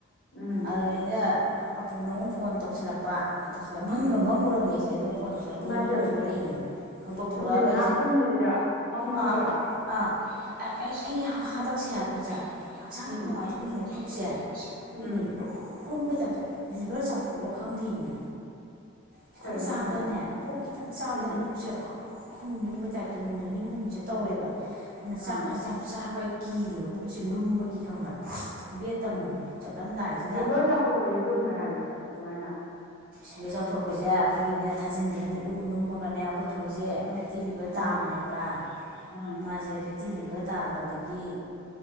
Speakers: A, on the left; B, on the right.
A: ꯎꯝ
B: ꯑꯗꯩꯗ ꯍꯥꯞꯄꯨꯅ ꯑꯃꯨꯛ ꯐꯣꯟ ꯇꯧꯁꯜꯂꯛꯄ ꯃꯪꯒ
A: ꯎꯝ
B: ꯃꯪꯉꯨꯔꯔꯕꯅꯤ ꯑꯩꯁꯦ ꯑꯗꯨꯒ ꯐꯣꯟ ꯇꯧꯁꯜꯂꯛꯄꯗꯒꯤ
A: ꯏꯃꯥ
B: ꯃꯤꯀꯞ
A: ꯄꯦꯝꯃ
B: ꯊꯣꯛꯂꯛꯏꯅꯦ ꯈꯪꯇꯣꯛ ꯊꯣꯛꯂꯛꯑꯒ
A: ꯅꯨꯡꯊꯤꯟ ꯉꯥꯏꯍꯥꯛ
B: ꯑꯩꯁꯦ
A: ꯇꯨꯝꯕꯁꯤꯗ ꯃꯪ ꯃꯪꯉꯨꯔꯕ
B: ꯑꯥ ꯑꯥ ꯑꯩ ꯑꯩ ꯍꯟꯗꯛꯁꯦ ꯍꯥꯏꯕꯁꯦ ꯍꯛꯆꯥꯡ
A: ꯎꯝ
B: ꯌꯥꯝ ꯅꯨꯡꯉꯥꯏꯇꯕꯒꯤꯅꯦ ꯄꯨꯛꯁꯦ ꯑꯩꯈꯣꯏꯒꯤꯅꯦ
A: ꯎꯝ
B: ꯂꯨꯝ ꯂꯨꯝꯕꯩ ꯇꯥꯏꯞꯇ ꯂꯤꯚꯔ ꯆꯥꯎꯊꯣꯛꯑ ꯈꯪꯗꯦꯅꯦ ꯈꯤꯇꯪ
A: ꯀꯩꯅꯣ
B: ꯆꯥꯕꯗꯅꯦ
A: ꯍꯥꯏꯁꯤꯕꯨ
B: ꯈꯤꯇꯪ ꯆꯥꯕꯗꯅꯦ
A: ꯎꯝ
B: ꯄꯨꯛꯁꯦ ꯈꯪꯂꯨꯝ ꯈꯪꯂꯨꯝ ꯂꯨꯝꯕ ꯇꯥꯏꯞꯇ ꯅꯣꯡ ꯅꯤꯅꯤ ꯍꯨꯝꯅꯤꯁꯦ ꯇꯧꯔꯦꯕ ꯑꯗꯨꯅ ꯆꯥꯛꯀꯁꯦ
A: ꯑꯥ
B: ꯌꯥꯝ ꯆꯥꯕ ꯀꯤꯔꯕ ꯄꯨꯛꯁꯦ ꯂꯨꯝꯕꯒꯤ ꯈꯪꯕ꯭ꯔꯥ ꯕꯦꯠ ꯇꯝ
A: ꯑꯥ
B: ꯆꯠꯂꯝꯗꯥꯏꯁꯤꯗ
A: ꯂꯤꯚꯔ ꯆꯥꯎꯊꯣꯛꯄꯁꯤ ꯂꯨꯝꯃꯦ ꯍꯥꯏꯕ꯭ꯔꯣ ꯑꯗꯨꯃꯥꯏꯅ
B: ꯁꯤꯗ ꯆꯥꯎꯊꯣꯛꯄꯁꯦ ꯑꯩꯈꯣꯏꯒꯤꯅꯦ ꯊꯥꯖꯤꯟꯁꯤꯗꯅꯦ ꯂꯨꯝ ꯂꯨꯝꯃꯒꯅꯦ ꯑꯩꯈꯣꯏ ꯊꯣꯏꯁꯦ
A: ꯑꯥ
B: ꯐꯦꯠꯇꯤ ꯂꯤꯚꯔ
A: ꯑꯥ
B: ꯇꯥꯕꯅꯦꯕ
A: ꯑꯥ
B: ꯃꯥꯖꯦ ꯐꯦꯠꯇꯤ ꯂꯤꯚꯔ ꯇꯥꯕꯗꯒꯤ